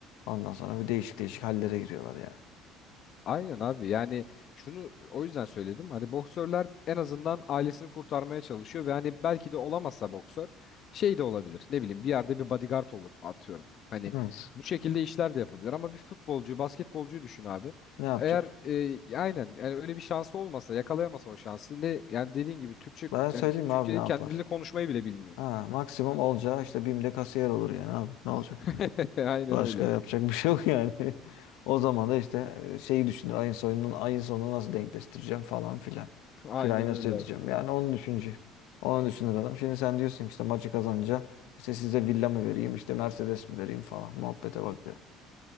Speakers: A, on the left; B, on the left.
A: ondan sonra bir değişik değişik hallere giriyorlar yani.
B: Aynen abi yani şunu o yüzden söyledim hani boksörler en azından ailesini kurtarmaya çalışıyor ve hani belki de olamazsa boksör şey de olabilir ne bileyim bir yerde bir bodyguard olur atıyorum. Hani
A: Evet.
B: bu şekilde işler de yapabilir ama bir futbolcuyu basketbolcuyu düşün abi.
A: Ne yapacak?
B: Eğer e, aynen yani öyle bir şansı olmasa yakalayamasa o şansı ne yani dediğin gibi Türkçe
A: Ben söyleyeyim
B: yani
A: mi
B: Türkçeyi
A: abi ne yapar?
B: kendi dilini konuşmayı bile bilmiyor.
A: Ha, maksimum olacağı işte BİM'de kasiyer olur yani abi. Ne olacak?
B: <laughs> Aynen
A: Başka
B: öyle
A: yapacak bir şey yok yani. <laughs> O zaman da işte şeyi düşünür. Ayın sonunun ayın sonunu nasıl denkleştireceğim falan filan.
B: aynen
A: Kirayı nasıl
B: öyle
A: ödeyeceğim?
B: abi
A: Yani onu düşünce. Onu düşünür adam. Şimdi sen diyorsun ki işte maçı kazanınca işte size villa mı vereyim, işte Mercedes mi vereyim falan. Muhabbete bak ya.